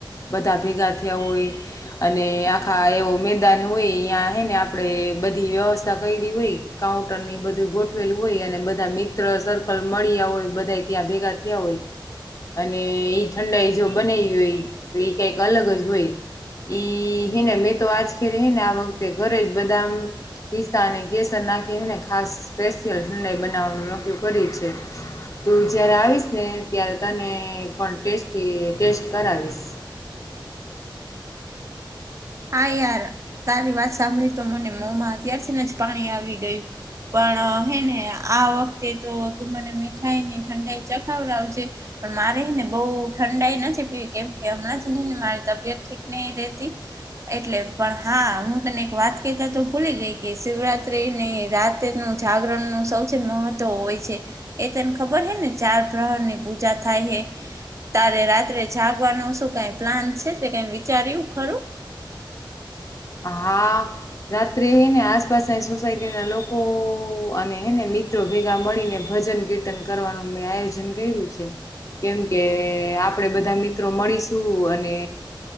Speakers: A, on the left; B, on the right.
A: બધા ભેગા થયા હોય અને ખાય એવો મેદાન હોય અહીં હેને આપણે બધી વ્યવસ્થા કયરી હોય કાઉન્ટરની બધુ ગોઠવેલું હોય અને બધા મિત્ર સર્કલ મળ્યા હોય બધા ત્યાં ભેગા થયા હોય અને ઈ ઠંડાઈ જો બનાવી હોય તો કઈક અલગ જ હોય ઈ હે ને મેં તો આજ ખે હે ને આ વખતે ઘરે જ બધા પિસ્તા અને કેસર નાખીને ખાસ સ્પેશિયલ ઠંડાઈ બનાવવાનું નકયુ કરી છે. તું જયારે આવીશને ત્યારે તને પણ ટેસ્ટી ટેસ્ટ કરાવીશ
B: <unintelligible> હા યાર તારી વાત સાંભળી તો મને મોમાં અત્યારથીને જ પાણી આવી ગયું પણ હેને આ વખતે તો તું મને મીઠાઈને ઠંડાઈ ચખાવડાવજે પણ મારે ને બોવ ઠંડાઈ નથી પીવી કેમ કે હમણાં જ ને મારી તબિયત ઠીક ની રહેતી એટલે પણ હા હું તને એક વાત કેતા તો ભૂલી ગઈ કે શિવરાત્રી ની રાત નું જાગરણ નું સૌથી મહત્વ હોય છે, એ તને ખબર હેને ચાર બ્રાણ ની પૂજા થાય તારે રાત્રે જાગવાનું શું કાઈ પ્લાન છે તે કઈ વિચાર્યું ખરું
A: હા રાત્રે હેને આસપાસની સોસાયટીના લોકો અને હેને મિત્રો ભેગા મળીને ભજન કીર્તન કરવાનું મેં આયોજન કર્યું છે. કેમ કે આપણેે બધા મિત્રો મળીશું અને